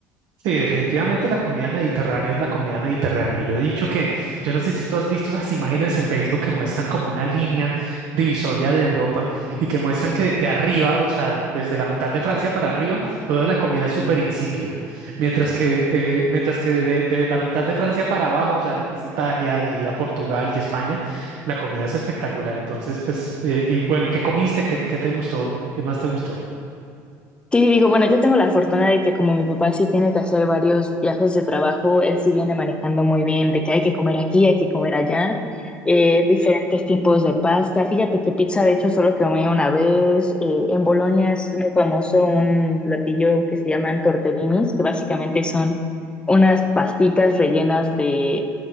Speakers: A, on the right (about 70°); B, on the left (about 15°).
A: Sí, definitivamente la comida mediterránea es la comida mediterránea. Yo he dicho que, yo no sé si tú has visto las imágenes en Facebook que muestran como una línea divisoria de Europa y que muestran que de arriba, o sea, desde la mitad de Francia para arriba, toda la comida es súper insípida. Mientras que, eh, mientras que de, de la mitad de Francia para abajo, o sea, lo que es Italia, diría Portugal y España, la comida es espectacular. Entonces, pues, eh, y bueno, ¿qué comiste? ¿Qué, qué te gustó? ¿Qué más te gustó?
B: Sí, digo, bueno, yo tengo la fortuna de que como mi papá sí tiene que hacer varios viajes de trabajo, él sí viene manejando muy bien de que hay que comer aquí, hay que comer allá, eh, diferentes tipos de pasta. Fíjate que pizza, de hecho, solo comí una vez. Eh, en Bolonia es muy famoso un platillo que se llaman tortellinis, que básicamente son unas pastitas rellenas de,